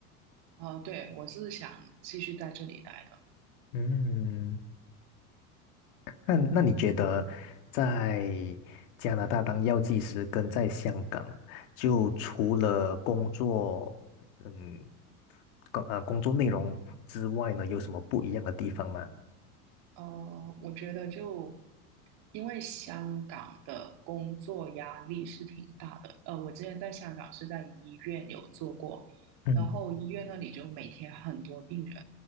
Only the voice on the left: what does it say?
嗯，那那你觉得在加拿大当药剂师跟在香港，就除了工作，嗯，工呃工作内容之外呢，有什么不一样的地方吗？
嗯